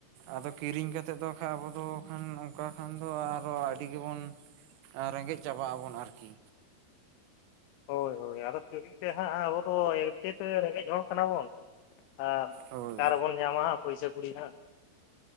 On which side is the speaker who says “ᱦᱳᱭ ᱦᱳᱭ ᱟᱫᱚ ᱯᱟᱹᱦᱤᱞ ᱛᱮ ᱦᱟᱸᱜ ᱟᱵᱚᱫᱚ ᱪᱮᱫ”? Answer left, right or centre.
Left